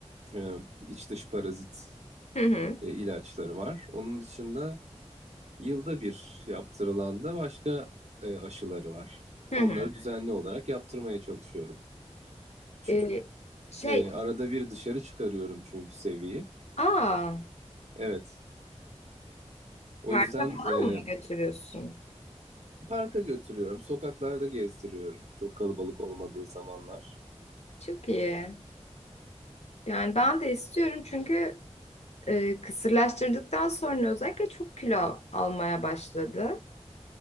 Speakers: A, on the right (about 70°); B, on the left (about 70°).
A: Ee, iç dış parazit
B: Hı hı.
A: e, ilaçları var. Onun dışında yılda bir yaptırılan da başka e, aşıları var. Onları
B: Hı hı.
A: düzenli olarak yaptırmaya çalışıyorum. Çünkü,
B: E, şey,
A: e, arada bir dışarı çıkarıyorum çünkü seviyi.
B: aa,
A: Evet, o
B: parka
A: yüzden
B: falan
A: e,
B: mı götürüyorsun?
A: parka götürüyorum, sokaklarda gezdiriyorum. Çok kalabalık olmadığı zamanlar.
B: Çok iyi. Yani ben de istiyorum çünkü e, kısırlaştırdıktan sonra özellikle çok kilo almaya başladı.